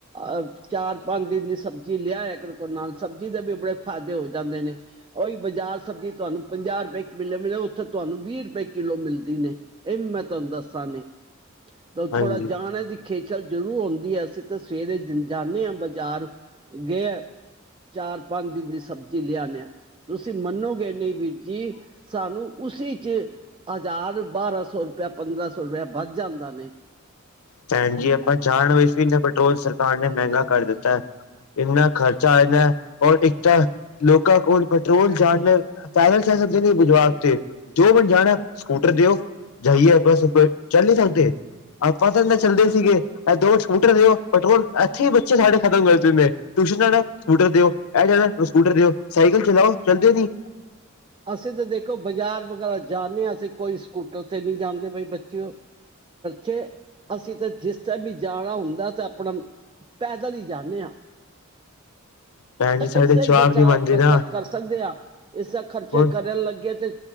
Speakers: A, on the right; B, on the left.
A: ਆਪ ਚਾਰ ਪੰਜ ਦਿਨ ਦੀ ਸਬਜੀ ਲਿਆ ਕਰੋ ਘਰ ਨਾਲ ਸਬਜ਼ੀ ਦਾ ਵੀ ਬਹੁਤ ਫਾਇਦੇ ਹੋ ਜਾਂਦੇ ਨੇ ਉਹੀ ਬਾਜਾਰ ਸਬਜੀ ਤੁਹਾਨੂੰ ਪੰਜਾਹ ਰੁਪਏ ਮਿਲਨਗੇ ਉੱਥੇ ਤੁਹਾਨੂੰ ਵੀਹ ਰੁਪਏ ਕਿੱਲੋ ਮਿਲਦੀ ਨੇ ਇਹ ਵੀ ਮੈਂ ਤੁਹਾਨੂੰ ਦੱਸਾਂਗੀ। ਥੋ
B: ਹਾਂਜੀ
A: ਥੋੜਾ ਜਾਣੇ ਦੀ ਖਿ ਖੇਚਲ ਜ਼ਰੂਰ ਆਉਂਦੀ ਹੈ ਅਸੀ ਤੇ ਸੁਵਰੇ <unintelligible> ਜਾਣੇ ਏਂ ਬਾਜਾਰ ਗਏ ਚਾਰ ਪੰਜ ਦਿਨ ਦੀ ਸ ਸਬਜੀ ਲਿਆਣੇ ਆ ਤੁਸੀ ਮੰਨੋਗੇ ਨਹੀਂ ਵੀਰ ਜੀ ਸਾਨੂੰ ਉਸੀ ਚ ਹਜ਼ਾਰ ਬਾਰਾਂ ਸੌ ਰੁਪਿਆ ਪੰਦਰਾਂ ਸੌ ਰੁਪਿਆ ਵੱਧ ਜਾਂਦਾ ਨੇ।
B: ਭੈਣ ਜੀ ਆਪਾਂ ਜਾਣ ਇਸ <unintelligible> ਤੇ ਪੈਟਰੋਲ ਸਰਕਾਰ ਨੇ ਮਹਿੰਗਾ ਕਰ ਦਿੱਤਾ ਹੈ ਇੰਹਨਾ ਖਰਚਾ ਹੈਗਾ ਐ ਔਰ ਇੱਕ ਤਾਂ ਲੋਕਾਂ ਕੋਲ ਪੈਟਰੋਲ ਜਾਣ ਨਾਲ ਪੈਦਲ ਚਲ ਜਾਂਦੇ ਨੇ ਬਾਜ਼ਾਰ ਤੇ <unintelligible> ਜਾਣਾ ਸਕੂਟਰ ਦਿਓ ਜਾਈਏ <unintelligible> ਚੱਲ ਨੀ ਸਕਦੇ। ਆਪਾਂ ਤਾਂ ਇਹਨਾਂ ਚੱਲਦੇ ਸੀਗੇ ਇਹ ਦੋ ਸਕੂਟਰ ਦਿਓ ਪੈਟਰੋਲ ਇੱਥੇ ਹੀ ਬੱਚੇ ਸਾਡੇ ਖਤਮ ਕਰ ਦਿੰਦੇ ਟਿਊਸ਼ਨ ਜਾਣਾ ਹੈ ਸਕੂਟਰ ਦਿਓ ਇਹ ਜਾਣਾ ਸਕੂਟਰ ਦਿਓ ਸਾਈਕਲ ਚਲਾਓ ਚੱਲਦੇ ਨੀ
A: ਅਸੀਂ ਤੇ ਦੇਖੋ ਬਾਜਾਰ ਵਗੈਰਾ ਜਾਨੇ ਹਾਂ ਅਸੀ ਕੋਈ ਸਕੂਟਰ ਤੇ ਨਹੀਂ ਜਾਂਦੇ ਬਈ ਬੱਚ ਚ <unintelligible> ਅਸੀਂ ਤੇ <unintelligible> ਵੀ ਜਾਣਾ ਹੁੰਦਾ ਤੇ ਆਪਣਾ ਪੈਦਲ ਹੀ ਜਾਨੇਂ ਹਾਂ।
B: ਭੈਣ ਜੀ ਸਾਡੇ
A: ਇਸ ਲਈ
B: ਜਵਾਕ
A: ਬਚਾਓ
B: ਨੀ ਮੰਨਦੇ
A: ਬੱਚਤ
B: ਨਾ।
A: ਕਰ ਸਕਦੇ ਹਾਂ। ਇਸ ਤਰਹਾਂ ਖਰਚੇ
B: ਹੁਣ
A: ਕਰਨ ਲੱਗੇ ਤੇ